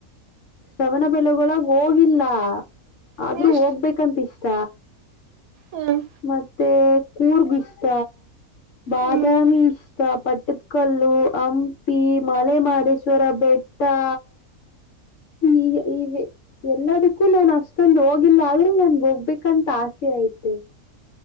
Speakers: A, on the left; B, on the right.
A: ಶ್ರವಣಬೆಳಗೊಳ ಹೋಗಿಲ್ಲ. ಆದ್ರೂ
B: ಹ್ಮ್
A: ಹೋಗ್ಬೇಕಂತಿಷ್ಟ.
B: ಹ್ಮ್
A: ಮತ್ತೆ ಕೂರ್ಗ್ ಇಷ್ಟ ಬಾದಾಮಿ
B: ಹ್ಮ್
A: ಇಷ್ಟ ಪಟ್ ಪಟ್ಟಡ್ಕಲ್ಲು ಹಂಪಿ ಮಲೆಮದೇಶ್ವರ ಬೆಟ್ಟಾ ಈ ಈ ಎಲ್ಲದಕ್ಕೂ ನಾನು ಅಷ್ಟೊಂದು ಹೋಗಿಲ್ಲ ಆದ್ರೂ ನನ್ಗ್ ಹೋಗ್ಬೇಕಂತ ಆಸೆ ಐತೆ.